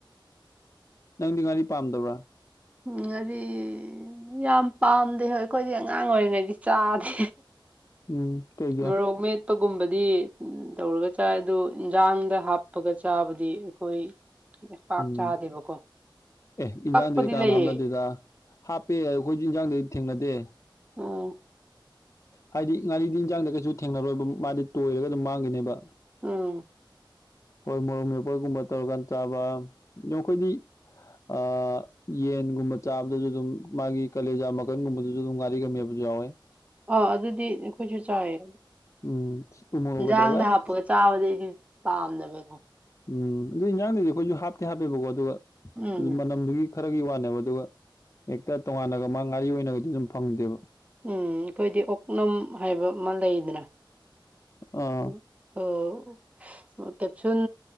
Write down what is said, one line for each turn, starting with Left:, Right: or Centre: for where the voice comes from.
Left: ꯅꯪꯗꯤ ꯉꯥꯔꯤ ꯄꯥꯝꯗꯕ꯭ꯔꯥ
Right: ꯎꯝ ꯉꯥꯔꯤ ꯌꯥꯝ ꯄꯥꯝꯗꯦ ꯍꯣꯏ ꯑꯩꯈꯣꯏꯗꯤ ꯑꯉꯥꯡ ꯑꯣꯏꯔꯤꯉꯩꯗꯩ ꯆꯥꯗꯦ
Left: ꯎꯝ ꯀꯩ
Right: ꯃꯣꯔꯣꯛ ꯃꯦꯠ ꯄꯒꯨꯝꯕꯗꯤ ꯇꯧꯔꯒ ꯆꯥꯏ ꯑꯗꯨ ꯏꯟꯖꯥꯡꯗ ꯍꯥꯞꯄꯒ ꯆꯥꯕꯗꯤ ꯑꯩꯈꯣꯏ ꯄꯥꯛ
Left: ꯎꯝ
Right: ꯆꯥꯗꯦꯕꯀꯣ
Left: ꯑꯦ ꯏꯟꯖꯥꯡꯗꯗꯤ
Right: ꯄꯛꯄꯗꯤ
Left: ꯀꯅꯥꯝ
Right: ꯂꯩꯌꯦ
Left: ꯍꯥꯞꯅꯗꯦꯗ ꯍꯥꯞꯄꯦ ꯑꯈꯣꯏꯖꯨ ꯏꯟꯖꯥꯡꯗꯗꯤ ꯊꯦꯡꯅꯗꯦ
Right: ꯑꯣ
Left: ꯍꯥꯏꯗꯤ ꯉꯥꯔꯤꯗꯤ ꯏꯟꯖꯥꯡꯗ ꯀꯩꯁꯨ ꯊꯦꯡꯅꯔꯣꯏꯕ ꯃꯥꯗꯤ ꯇꯣꯏꯔꯒ ꯑꯗꯨꯝ ꯃꯥꯡꯒꯤꯅꯦꯕ
Right: ꯎꯝ
Left: ꯍꯣꯏ ꯃꯣꯔꯣꯛ ꯃꯦꯠꯄ ꯒꯨꯝꯕ ꯇꯧꯔꯀꯥꯟ ꯆꯥꯕ ꯗꯨ ꯑꯩꯈꯣꯏꯗꯤ ꯑꯥ ꯌꯦꯟꯒꯨꯝꯕ ꯆꯥꯕꯗꯖꯨ ꯑꯗꯨꯝ ꯃꯥꯒꯤ ꯀꯂꯦꯖꯥ ꯃꯀꯟꯒꯨꯝꯕꯗꯨꯖꯨ ꯑꯗꯨꯝ ꯉꯥꯔꯤꯒ ꯃꯦꯠꯄꯖꯨ ꯌꯥꯎꯋꯦ
Right: ꯑꯥ ꯑꯗꯨꯗꯤ ꯑꯩꯈꯣꯏꯁꯨ ꯆꯥꯏꯌꯦ
Left: ꯎꯝ ꯎ ꯃꯣꯔꯣꯛꯀ
Right: ꯏꯟꯖꯥꯡꯗ
Left: ꯇꯧꯔꯒ ꯑꯁ
Right: ꯍꯥꯞꯄꯒ ꯆꯥꯕꯗꯤ ꯑꯩꯗꯤ ꯄꯥꯝꯗꯕꯀꯣ
Left: ꯎꯝ ꯑꯗꯨ ꯏꯟꯖꯥꯡꯗꯗꯤ ꯑꯩꯈꯣꯏꯁꯨ ꯍꯥꯞꯇꯦ ꯍꯥꯞꯄꯦꯕꯀꯣ ꯑꯗꯨꯒ
Right: ꯎꯝ
Left: ꯑꯗꯨ ꯃꯅꯝꯗꯨꯒꯤ ꯈꯔꯒꯤ ꯋꯥꯅꯦꯕ ꯑꯗꯨꯒ ꯍꯦꯛꯇ ꯇꯣꯉꯥꯟꯅꯒ ꯃꯥ ꯉꯥꯔꯤ ꯑꯣꯏꯅꯒꯗꯤ ꯑꯗꯨꯝ ꯐꯪꯗꯦꯕ
Right: ꯎꯝ ꯑꯩꯈꯣꯏꯗꯤ ꯑꯣꯛꯅꯝ ꯍꯥꯏꯕ ꯑꯃ ꯂꯩꯗꯅ
Left: ꯑꯥ
Right: ꯎꯝ ꯑꯣ ꯑ ꯀꯦꯞꯁꯨꯟ